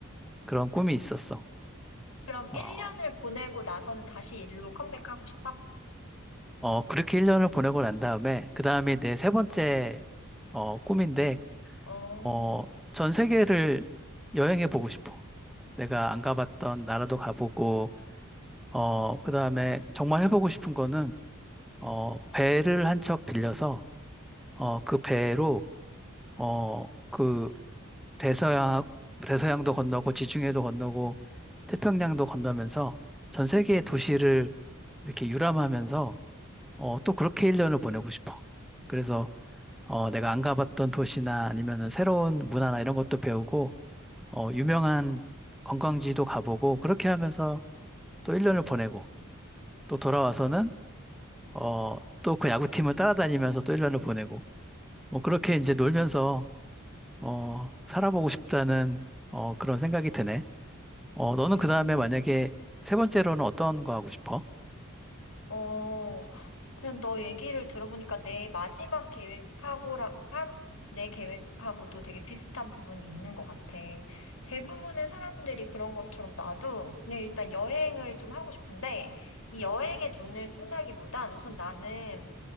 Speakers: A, in the centre; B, on the left.
A: 그런 꿈이 있었어.
B: 그럼
A: 어,
B: 1년을 보내고 나서는 다시 일로 컴백하고 싶어?
A: 어, 그렇게 1년을 보내고 난 다음에, 그 다음이 내 세 번째 어, 꿈인데,
B: 어,
A: 어, 전 세계를 여행해 보고 싶어. 내가 안 가봤던 나라도 가보고, 어, 그 다음에 정말 해보고 싶은 거는, 어, 배를 한 척 빌려서, 어, 그 배로, 어, 그 대서양, 대서양도 건너고, 지중해도 건너고, 태평양도 건너면서 전 세계의 도시를 이렇게 유람하면서, 어, 또 그렇게 1년을 보내고 싶어. 그래서, 어, 내가 안 가봤던 도시나 아니면은 새로운 문화나 이런 것도 배우고, 어, 유명한 관광지도 가보고 그렇게 하면서 또 1년을 보내고 또 돌아와서는 어, 또 그 야구팀을 따라다니면서 또 1년을 보내고 뭐 그렇게 이제 놀면서 어, 살아보고 싶다는 어, 그런 생각이 드네. 어, 너는
B: 음,
A: 그 다음에 만약에 세 번째로는 어떤 거 하고 싶어?
B: 어, 그냥 너 얘기를 들어보니까 내 마지막 계획하고랑, 하, 내 계획하고도 되게 비슷한 부분이 있는 것 같아. 대부분의 사람들이 그런 것처럼 나도 그냥 일단 여행을 좀 하고 싶은데, 이 여행에 돈을 쓴다기보단 우선 나는